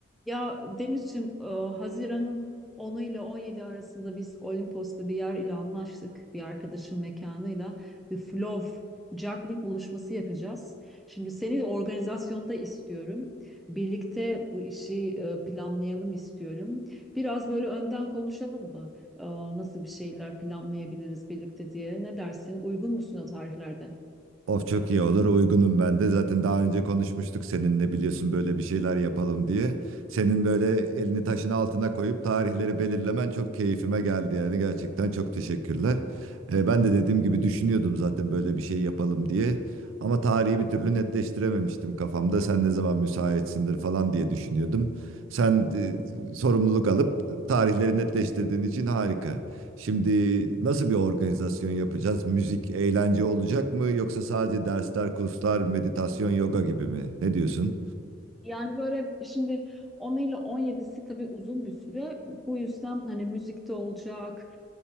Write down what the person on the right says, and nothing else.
Of çok iyi olur uygunum ben de. Zaten daha önce konuşmuştuk seninle biliyorsun böyle bir şeyler yapalım diye. Senin böyle elini taşın altına koyup tarihleri belirlemen çok keyfime geldi yani gerçekten çok teşekkürler. Ee, ben de dediğim gibi düşünüyordum zaten böyle bir şey yapalım diye. Ama tarihi bir türlü netleştirememiştim kafamda. Sen ne zaman müsaitsindir falan diye düşünüyordum. Sen e, sorumluluk alıp tarihleri netleştirdiğin için harika. Şimdi nasıl bir organizasyon yapacağız? Müzik, eğlence olacak mı yoksa sadece dersler, kurslar, meditasyon, yoga gibi mi? Ne diyorsun?